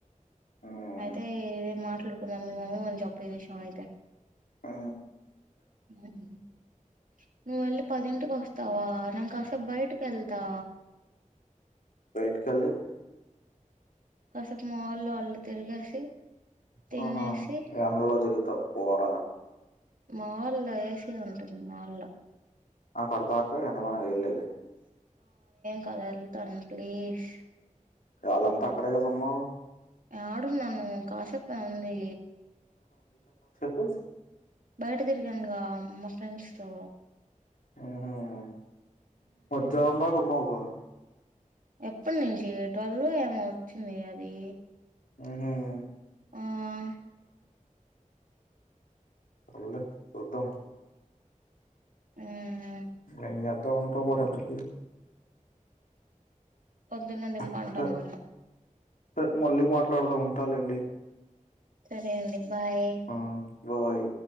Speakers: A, on the left; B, on the right.
A: హ్మ్.
B: అయితే ఏదం మాట్లాడుకుందాం మీ మమ్మీ కొంచం చెప్పే విషం అయితే
A: ఆ
B: <inaudible> నువ్వు వెళ్ళి పదింటికి వస్తావా నేన్ కాసేప్ బయటకి వెళ్తా
A: బయటికి ఎల్లి
B: కాసేపు మాల్లో ఆళ్ల తిరిగేసి
A: హ్మ్
B: తినేసి
A: హు ఇగ అందులో తిరుగుతావ్ పోర
B: మాల్లో ఏ సీ ఉంటది మాల్లో
A: ఆ కడుతుంటే నువ్వేనా ఎల్లేది
B: కానీ ఎల్థానూ ప్లీజ్
A: వాళ్ళంతా అక్కడే కద ఉన్నావ్
B: ఆడున్నాను కాసేపు అంది
A: ఉ
B: బయట తిరగనుగా మా ఫ్రెండ్స్తో
A: మ్మ్ హ్మ్ మద్యాహ్నం దాకా వున్నావ్ వ
B: ఎప్పడు నుంచి ట్వెల్వ్ లో ఏమో వచ్చింది అది
A: మ్మ్ హ్మ్
B: ఆహ్
A: సర్లే చూద్దాం
B: మ్మ్ హు
A: ఏం జె త్తావ్ అంటవు మరింతకి
B: పొద్దున్న దింపంటారు
A: అ హ్హ్
B: నన్ను
A: త్ మళ్ళీ మాట్లాడుదమ్ ఉంటాలేండి
B: సరే అండి బాయ్
A: ఆ బాయ్